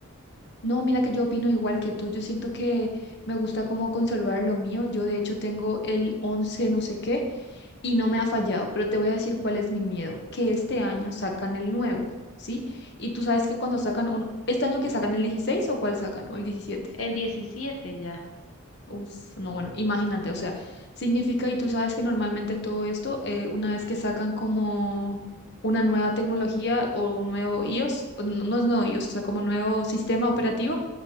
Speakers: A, on the left; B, on the left.
A: No, mira que yo opino igual que tú. Yo siento que me gusta como conservar lo mío. Yo de hecho tengo el 11, no sé qué y no me ha fallado, pero te voy a decir cuál es mi miedo, que este año sacan el nuevo, ¿sí? Y tú sabes que cuando sacan un... ¿Este año que sacan el 16 o cuál sacan? ¿O el diecisiete.
B: El 17 ya.
A: Uf, no, bueno, imagínate, o sea, significa, y tú sabes que normalmente todo esto, eh, una vez que sacan como una nueva tecnología o un nuevo iOS, o no, no es nuevo iOS, o sea, como nuevo sistema operativo